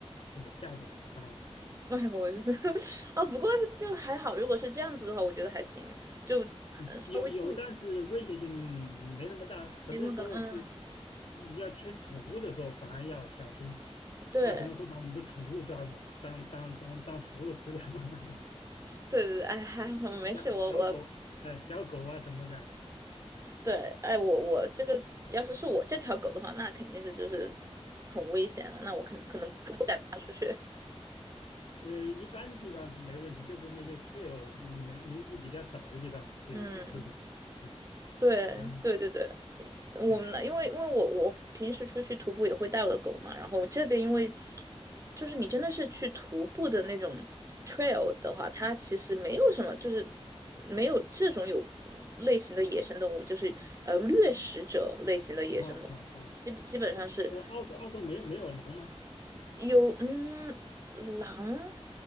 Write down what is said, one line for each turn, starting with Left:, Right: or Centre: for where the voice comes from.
Left: 这吓走了啊。啊
Right: <laughs> 哎，我 <laughs> 啊，不过就还好，如果是这样子的话，我觉得还行，就啊稍微注意
Left: <laughs> 嗯，有有，但是威胁性嗯没那么大。很多时候是
Right: 那个，嗯，
Left: 你要牵宠物的时候，反而要小心，
Right: 对
Left: 它可能会把你的宠物抓走，当当当当食物吃掉。<laughs>
Right: 对对，哎，还好没事，
Left: 小小小狗，
Right: 我我
Left: 呃，小狗啊什么的，
Right: 对，哎，我我这个要是是我这条狗的话，那肯定是就是很危险了，那我可能可能不不敢踏出去。
Left: 呃，一般地方是没问题，就是那些脆弱、能人人迹比较少的地方就有这种，
Right: 嗯，<laughs>
Left: 嗯、
Right: 对对对对，
Left: 啊，
Right: 我们呢，
Left: 对，
Right: 因为因为我我平时出去徒步也会带我的狗嘛，然后这边因为就是你真的是去徒步的那种 trail 的话，它其实没有什么，就是没有这种有嗯类型的野生动物，就是呃掠食者类型的野生动物，
Left: 啊啊啊，
Right: 基基本上是。
Left: 那呃，澳洲澳洲没有没有狼吗？
Right: 有，嗯，狼，